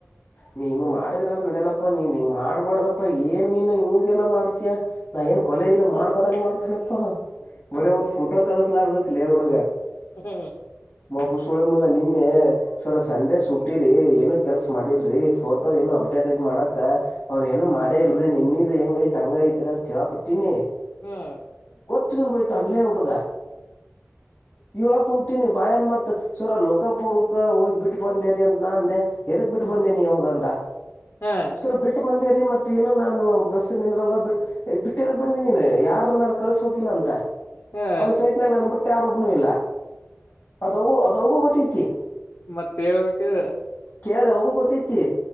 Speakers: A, on the left (about 65°); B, on the left (about 85°).
A: ನೀ ಹಿಂಗ ಮಾಡಿದ್ರಲ್ ನಡಲಪ್ಪಾ ನೀನ್ ಹಿಂಗ್ ಮಾಡ್ಬಾರಡ್ದಪ್ಪಾ ಏನ್ ನೀನು ಹಿಂಗಗೆಲ್ಲಾ ಮಾಡ್ತಯಾ ನಾ ಏನ್ ಕೊಲೆಗಿಲ್ಲ ಮಾಡ್ದಡಂಗ ಮಾಡ್ತೇನಪ್ಪ ಬರೀ ಒಂದ್ ಫೋಟೋ ಕಳಿಸಲಾರ್ದ ಕಲೇ ಹುಡುಗ
B: ಹ್ಮ್
A: ಮಬು ಸುಳೆ ಮಗ ನೀ ಇನ್ನೆ ಸರ್ ಸಂಡೇ ಸುಟ್ಟಿರಿ ಏನು ಕೆಲ್ಸ ಮಾಡಿಲ್ರರಿ ಫೋಟೋ ಏನು ಅಪ್ಡೇಟೆಡ್ ಮಾಡಕ ಅವ್ರ ಏನು ಮಾಡೇ ಇಲ್ರಿ ನಿನ್ದ್ ಹೆಂಗ ಐ ಹಂಗ ಐತ್ರಿ ಅಂತ ಕುಂತೀನಿ
B: ಹ್ಮ್
A: ಯತ ಅನ್ ಹುಡುಗ ಇವಳ ಕುಂತೀನಿ ಬಾಯನ್ ಮತ್ ಸುರೋ ಕ್ಕಪೂರ್ಕ ಹೋಗಿಬ ಬಿಟ್ಟು ಬಂದೇರಿ ಅಂತ ನ ಅಂದೆ ಎದಕ್ ಬಿಟ್ಟು
B: ಹ್ಮ್
A: ಬಂದೇನಿ ಯಾಗ ಅಂತ
B: ಹಾ
A: ಸರ್ ಬಿಟ್ಟು ಬಂದೆ ರಿ ಮತ್ತೆ ಏನು ನಾನು ಬಸ್ ನಿಿಂದ್ರಲ್ಲ ಬಿ ಬಿಟ್ಟದಾಗ ಬಂದಿನಿ ನೀನ್ ಯಾರನಾರ ಕಳಸ್ಬೇಕಿಲ್ಲಾ ಅಂತ
B: ಹಾ
A: ಅಲ್ಲಿ ಸೈಟ್ನಾಗ ನನ್ ಬಿಟ್ಟು ಯಾರೊಬ್ಬನು ಇಲ್ಲ ಅದೋಗು ಅದ ಹೋಗು ಗೊತ್ತೈತಿ
B: ಮತ್ತೆ ಹೇಳಬೇಕು
A: ಕೇಳ ಹೋಗೋ ಗೊತ್ತೈತಿ